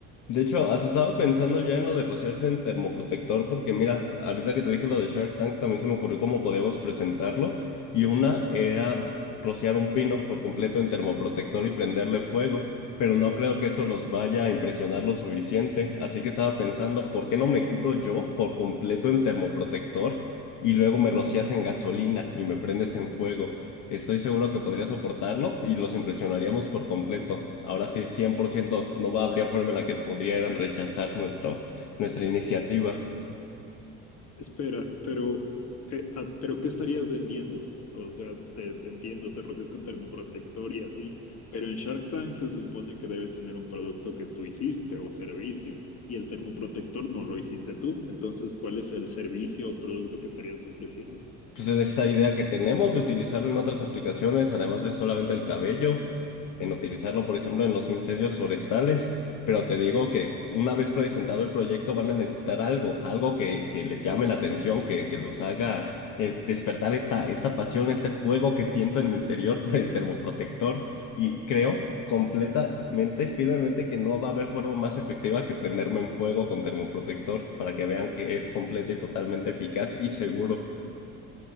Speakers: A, on the left; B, on the left.
A: De hecho, has estado pensando ya en lo de rociarse en termoprotector, porque mira, ahorita que te dije lo de Shark Tank, también se me ocurrió cómo podíamos presentarlo. Y una era rociar un pino por completo en termoprotector y prenderle fuego, pero no creo que eso los vaya a impresionar lo suficiente. Así que estaba pensando, ¿por qué no me cubro yo por completo en termoprotector y luego me rocias en gasolina y me prendes en fuego? Estoy seguro que podría soportarlo y los impresionaríamos por completo. Ahora sí, 100%, no habría forma en la que pudieran rechazar nuestro, nuestra iniciativa.
B: Espera, pero, eh, ah, pero ¿qué estarías vendiendo? O sea, te, te entiendo, te rocias con termoprotector y así, pero en Shark Tank se supone que debes tener un producto que tú hiciste o servicio, y el termoprotector no lo hiciste tú. Entonces, ¿cuál es el servicio o producto que estarías ofreciendo?
A: pues esa idea que tenemos de utilizarlo en otras aplicaciones, además de solamente el cabello, en utilizarlo, por ejemplo, en los incendios forestales. Pero te digo que una vez presentado el proyecto van a necesitar algo, algo que, que les llame la atención, que, que los haga eh, despertar esta, esta pasión, este fuego que siento en mi interior por el termoprotector. Y creo completamente, firmemente que no va a haber forma más efectiva que prenderme en fuego con termoprotector para que vean que es completa y totalmente eficaz y seguro.